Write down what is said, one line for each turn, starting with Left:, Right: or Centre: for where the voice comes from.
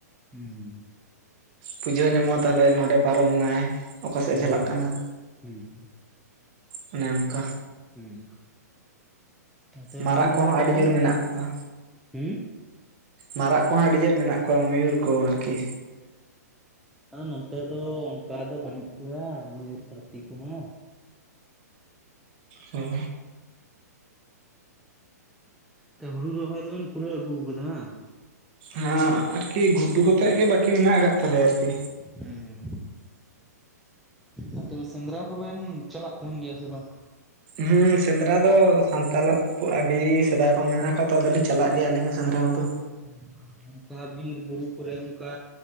Centre: ᱦᱩᱸ᱾
Right: ᱯᱩᱡᱟᱹᱣ ᱧᱟᱢᱚᱜᱼᱟ ᱛᱟᱦᱚᱞᱮ ᱱᱚᱸᱰᱮ ᱯᱟᱨᱚᱢ ᱱᱟᱭ᱾ ᱚᱠᱟ ᱥᱮᱫ
Centre: ᱦᱮᱸ
Right: ᱮ ᱪᱟᱞᱟᱜ
Centre: ᱦᱮᱸ,
Right: ᱠᱟᱱᱟ
Centre: ᱦᱩᱸ ᱦᱩᱸ᱾
Right: ᱚᱱᱮ ᱚᱝᱠᱟ᱾
Centre: ᱦᱩᱸ ᱛᱟ ᱛᱮ
Right: ᱢᱟᱨᱟᱜ
Centre: ᱦᱩᱲᱩ ᱨᱚᱦᱚᱭ
Right: ᱠᱚᱦᱚᱸ
Centre: ᱫᱚᱵᱮᱱ
Right: ᱟᱹᱰᱤ ᱡᱳᱨ ᱢᱮᱱᱟᱜ ᱠᱚᱣᱟ
Centre: ᱦᱩᱸ
Right: ᱢᱟᱨᱟᱜ ᱠᱚᱦᱚᱸ ᱟᱹᱰᱤ ᱡᱳᱨ ᱢᱮᱱᱟᱜ ᱠᱚᱣᱟ ᱢᱚᱭᱩᱨ ᱠᱚ ᱟᱨᱠᱤ᱾
Centre: ᱚ᱾ ᱟᱫᱚ ᱱᱚᱱᱛᱮ ᱫᱚ ᱚᱱᱠᱟ ᱫᱚ ᱵᱟᱹᱱᱩᱜ ᱠᱚᱣᱟ ᱢᱚᱭᱩᱨ ᱠᱚ ᱦᱟᱛᱤ ᱠᱩᱦᱚᱸ᱾
Right: ᱦᱚ᱾
Centre: ᱛᱮ ᱦᱩᱲᱩ ᱨᱚᱦᱚᱭ ᱫᱚᱵᱮᱱ ᱯᱩᱨᱟᱹᱣ ᱟᱹᱜᱩᱣᱟ ᱠᱟᱫᱟ ᱦᱟᱝ?
Right: ᱦᱟᱸ ᱟᱨᱠᱤ ᱜᱷᱩᱴᱩ ᱠᱚᱛᱮᱜ ᱜᱮ ᱵᱟᱠᱤ ᱢᱮᱱᱟᱜ ᱟᱠᱟᱜ ᱛᱟᱞᱮᱭᱟ ᱟᱨᱠᱤ᱾
Centre: ᱦᱮᱸ ᱟᱨ ᱛᱚᱵᱮ ᱥᱮᱸᱫᱽᱨᱟ ᱠᱚᱵᱮᱱ ᱪᱟᱞᱟᱜ ᱛᱟᱦᱮᱱ ᱜᱮᱭᱟ ᱥᱮ ᱵᱟᱝ?
Right: ᱦᱩᱸ ᱥᱮᱸᱫᱽᱨᱟ ᱫᱚ ᱥᱟᱱᱛᱟᱞᱟᱜ ᱟᱹᱰᱤ ᱥᱮᱫᱟᱭ ᱠᱷᱚᱱ ᱢᱮᱱᱟᱜ ᱟᱠᱟᱛᱚ ᱟᱫᱚᱞᱤᱧ ᱪᱟᱞᱟᱜ ᱜᱮᱭᱟ ᱟᱞᱤᱧᱟᱜ ᱦᱚᱸ ᱥᱮᱸᱫᱽᱨᱟ ᱠᱚᱫᱚ᱾
Centre: ᱦᱩᱸ ᱚᱱᱠᱟ ᱵᱤᱨ ᱵᱩᱨᱩ ᱠᱚᱨᱮ ᱚᱱᱠᱟ